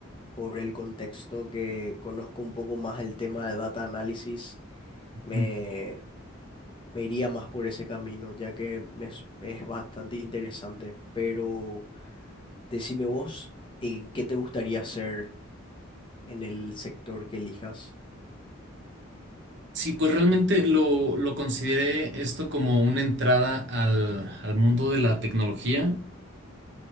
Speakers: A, on the left (about 25°); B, on the right (about 55°).
A: por el contexto que conozco un poco más el tema de data análisis, me
B: Mm.
A: me iría más por ese camino, ya que me es, es bastante interesante. Pero decime vos, ¿en qué te gustaría hacer en el sector que elijas?
B: Sí, pues realmente lo, lo consideré esto como una entrada al, al mundo de la tecnología